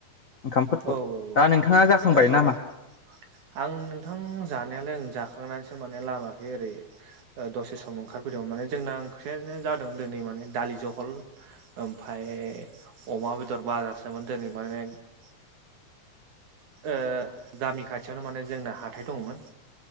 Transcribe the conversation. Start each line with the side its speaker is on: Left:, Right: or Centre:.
Left: ओंखामफोरखौ
Right: औ औ
Left: दा
Right: औ
Left: नोंथाङा जाखांबाय
Right: जाथ'वाखै
Left: नामा
Right: र'। आं नोंथां जानायालाय ओं जाखांना सो माने लामाखै ओरै ओ दसे सम ओंखारबोदोंमोन माने जोंना ओंख्रियानो जादों दिनै माने दा लि जहल ओमफाय अमा बेदर बाजासोमोन दोनै माने <inaudible> ओह गामि खाथियावनो माने जोंना हाथाय दङ'मोन।